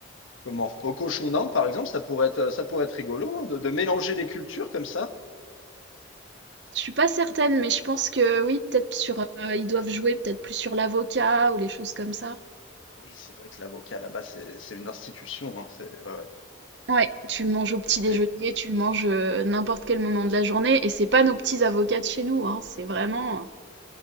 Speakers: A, on the left (about 80°); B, on the right (about 60°).
A: comment, au cochon d'Inde, par exemple, ça pourrait être, ça pourrait être rigolo, hein, de, de mélanger les cultures comme ça.
B: Je suis pas certaine, mais je pense que oui, peut-être sur euh, ils doivent jouer peut-être plus sur l'avocat ou les choses comme ça.
A: Ah Oui, c'est vrai que l'avocat là-bas, c'est, c'est une institution. hein, c'est, ouais, ouais.
B: Ouais, tu le manges au petit déjeuner,
A: C'est
B: tu le manges euh, n'importe quel moment de la journée, et c'est pas nos petits avocats de chez nous, hein, c'est vraiment euh,